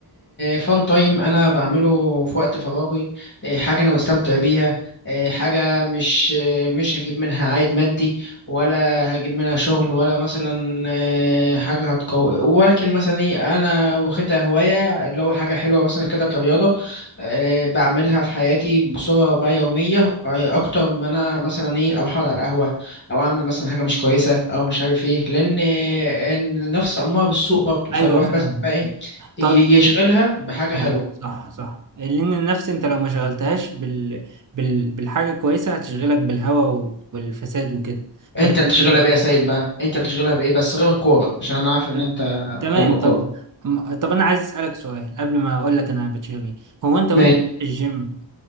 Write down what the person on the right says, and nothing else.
ايوه فاهم
طيب
اه صح صح لان النفس انت لو ما شغلتهاش بال... بال... بالحاجه الكويسه هتشغلك بالهوى وبالفساد وكده فلازم
كده
<laughs>
تمام
طب م- طب انا عايز اسالك سؤال قبل ما اقول لك انا بتشغل ايه هو انت وانت
في الجيم